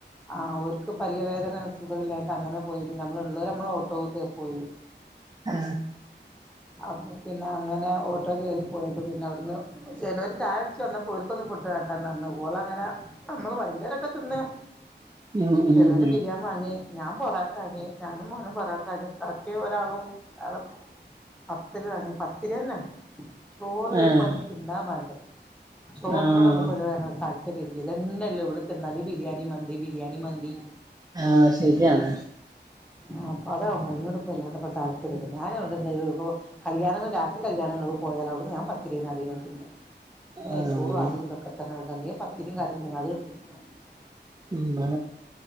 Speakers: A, in the centre; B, on the right (about 20°).
A: ആ ഓർക്ക് പല്ല് വേദന സുഖല്ലായിട്ട് അങ്ങനെ പോയി പിന്നെ നമ്മളള്ളവരെ നമ്മള് ഓട്ടോക്കെ പോയി
B: ആ
A: അപൊ പിന്നെ അങ്ങനെ ഓട്ടോ കേറി പോയപ്പോ പിന്നെ അവ്ട്ന്ന് ചെലവർ ചായൊട്ച്ച് വന്നപ്പോര്ക്കൊന്നും ഫുഡ് വേണ്ടന്നറിഞ്ഞു ഓള് അങ്ങനെ നമ്മള് വല്യാരൊക്കെ തിന്നു
B: ഉം ഉം
A: ചിലര്
B: ഉം
A: ബിരിയാം വാങ്ങി ഞാൻ പൊറാട്ടാങ്ങി ഞാനും മോനും പൊറട്ടാങ്ങി ബാക്കി ഒരാളും വ പത്ത് ര് പത്തിരെന്നെ ചോറ്
B: ആഹ്
A: പ്പൊ തിന്നാൻ വേണ്ടത് ചോറിനോടൊന്നും
B: ആഹ്
A: ഇപ്പോ താ ഇതന്നല്ലോള്ള് ഇവിടെ തിന്നാല് ബിരിയാണി മന്തി ബിരിയാണി മന്തി
B: ആ ശെര്യാണ്
A: ആഹ് അതാപ്പോ അയ്നോടൊപ്പല്ലാണ്ടെപ്പോ താ പര്യല്ല ഞാനെടെന്തെങ്കിലും പ്പോ കല്യാണങ്ങൾ രാത്രി കല്യാണങ്ങൾക്ക് പോയാലും അവിടുന്ന് ഞാൻ പത്തിരീന്നെ ഞാൻ അധികം തിന്നും നെയ്‌ച്ചോറും
B: ആഹ്
A: അതുതൊക്കെ തന്നെ അധികം പതിരിം കറിയെന്നെ <unintelligible>
B: <unintelligible>